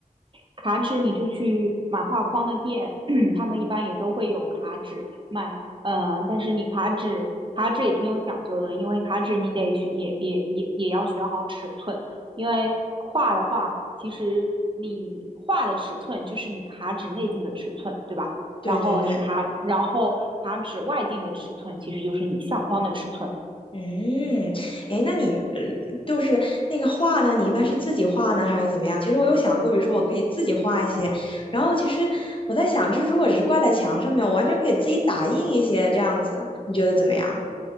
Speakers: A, on the right; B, on the left.
A: 卡纸你就去买画框的店，<clears throat> 他们一般也都会有卡纸卖。呃，但是你卡纸卡纸也挺有讲究的，因为卡纸你得选也也也也要选好尺寸，因为画的话，其实你画的尺寸就是你卡纸内径的尺寸，对吧？
B: 对对对，
A: 然后你卡，然后卡纸外径的尺寸其实就是你相框的尺寸。
B: 嗯，诶，那你嗯，就是那个画呢，你一般是自己画呢，还是怎么样？其实我有想过，比如说我可以自己画一些，然后其实我在想，就是如果只是挂在墙上面，我完全可以自己打印一些这样子，你觉得怎么样？